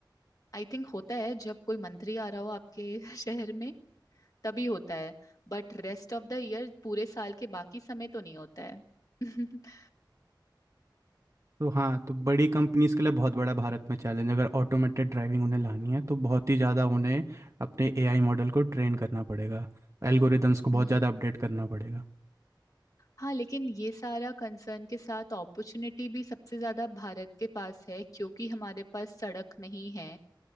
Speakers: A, on the left (about 45°); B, on the right (about 40°).
A: आई थिंक होता है जब कोई मंत्री आ रहा हो आपके <laughs> शहर में तभी होता है But rest of the year पूरे साल के बाकी समय तो नहीं होता है <laughs>
B: तो हाँ तो बड़ी कंपनीज के लिए बहुत बड़ा भारत में चैलेंज अगर ऑटोमेटेड ड्राइविंग उन्हें लानी है तो बहुत ही ज़्यादा उन्हें अपने एआई मॉडल को ट्रेन करना पड़ेगा एल्गोरिदम्स को बहुत
A: हम्म,
B: ज़्यादा अपडेट करना पड़ेगा
A: हाँ लेकिन ये सारा कंसर्न के साथ अपॉर्चुनिटी भी सबसे ज्यादा भारत के पास है क्योंकि हमारे पास सड़क नहीं है